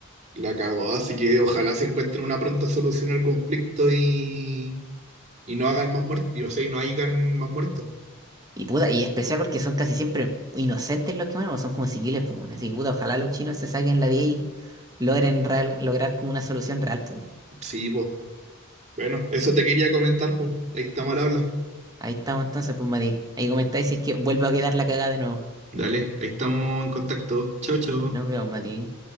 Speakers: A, on the right; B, on the right.
A: la cagó. Así que ojalá se encuentren una pronta solución al conflicto y, y no hagan más muertos. Y o sea, y no hagan más muertos.
B: Y puta, y especial porque son casi siempre inocentes los que mueren, o son como civiles, pues, bueno. Así que puta, ojalá los chinos se saquen la 10 y logren real- lograr como una solución real, pues.
A: Sí, pues. Bueno, eso te quería comentar, pues. Ahí estamos al habla.
B: Ahí estamos entonces, pues Mati. Ahí comentáis si es que vuelvo a quedar la cagada de nuevo.
A: Dale, ahí estamos en contacto. Chau, chau.
B: Ahí nos vemos, Mati.